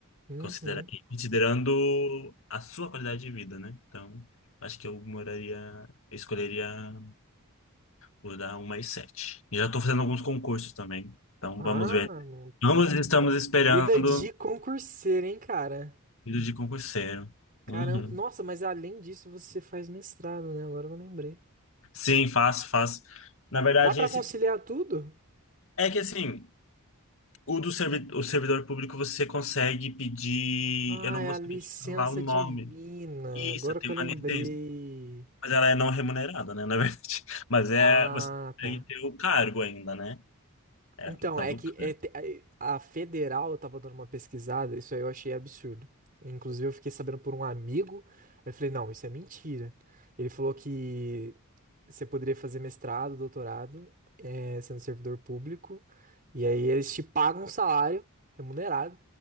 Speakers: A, on the right; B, on the left.
A: Uhum.
B: Considera, e considerando a sua qualidade de vida, né? Então, acho que eu moraria, eu escolheria Vou dar uma e sete. Já estou fazendo alguns concursos também. Então
A: Ah,
B: vamos ver.
A: não, né?
B: Ambos estamos esperando
A: Vida de concurseiro, hein, cara?
B: vida de concurseiro.
A: Caramba,
B: Uhum.
A: nossa, mas além disso você faz mestrado, né? Agora que eu lembrei.
B: Sim, faço, faço. Na verdade,
A: Dá pra
B: esse
A: conciliar tudo?
B: é que assim, o do servi... o servidor público você consegue pedir.
A: Ai,
B: Eu não vou
A: a
B: saber
A: licença
B: falar o nome.
A: divina.
B: Isso,
A: Agora
B: tem
A: que eu
B: uma
A: lembrei.
B: licença. Mas ela é não remunerada, né? Na verdade. <laughs> Mas é.
A: Ah,
B: Você consegue
A: tá.
B: ter o cargo ainda, né? É
A: Então,
B: a questão
A: é
B: do
A: que
B: cargo.
A: é te- a a federal eu tava dando uma pesquisada, isso aí eu achei absurdo. Inclusive, eu fiquei sabendo por um amigo, eu falei, não, isso é mentira. Ele falou que você poderia fazer mestrado, doutorado, eh, sendo servidor público, e aí eles te pagam um salário remunerado,